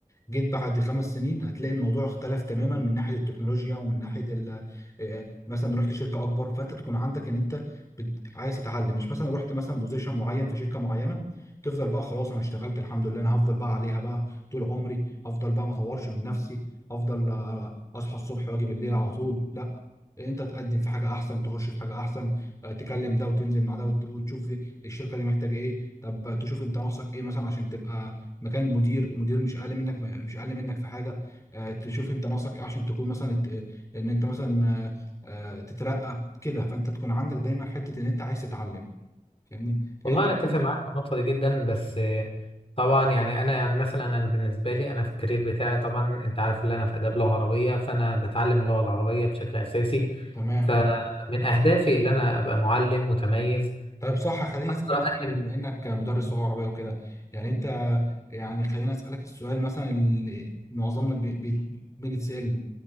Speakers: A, on the left; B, on the left.
A: جيت بعد خمس سنين هتلاقي الموضوع اختلف تماما من ناحيه التكنولوجيا ومن ناحيه ال- آه، مثلا رحت شركه اكبر فانت تكون عندك ان انت بت... عايز تتعلم مش مثلا رحت مثلا بوزيشن معين في شركه معينه تفضل بقى خلاص انا اشتغلت الحمد لله انا هفضل بقى عليها بقى طول عمري افضل بقى ما اطورش من نفسي افضل آه، اصحى الصبح واجي بالليل على طول لا انت تقدم في حاجه احسن تخش في حاجه احسن آه، تكلم ده وتنزل مع ده وت- وتشوف الشركه دي محتاجه ايه طب تشوف انت ناقصك ايه مثلا عشان تبقى مكان المدير المدير مش اقل منك مش اقل منك في حاجه آه، تشوف انت ناقصك ايه عشان تكون مثلا ت- ان انت مثلا آه، آه، تترقى كده فانت تكون عندك دايما حته ان انت عايز تتعلم فاهمني
B: والله
A: هي انت
B: أنا أتفق معاك في النقطة دي جدا بس آه، طبعا يعني أنا يعني مثلا أنا بالنسبة لي أنا في الكارير بتاعي طبعا أنت عارف إن أنا في آداب لغة عربية فأنا بتعلم اللغة العربية بشكل أساسي
A: تمام
B: فمن أهدافي إن أنا أبقى معلم متميز
A: طيب صح خليني
B: أقدر
A: اسالك فعلا
B: أقدم
A: بما انك مدرس لغه عربيه وكده يعني انت يعني خليني اسالك السؤال مثلا اللي معظمنا بي- بي- بنتسال